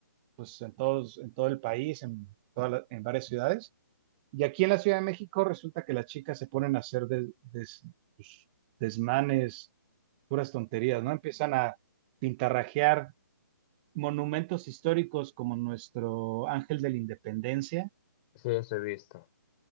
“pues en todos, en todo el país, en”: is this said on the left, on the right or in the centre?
Right